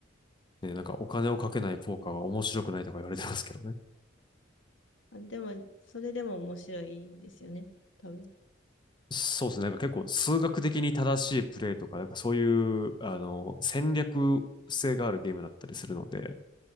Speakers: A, on the left (about 25°); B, on the left (about 75°).
A: ね、なんかお金をかけないポーカーは面白くないとか言われてますけどね。
B: はいあ、でも、それでも面白いんですよね。多分。
A: そうですね。なんか結構数学的に正しいプレイとか、なんかそういう、あの、戦略性があるゲームだったりするので、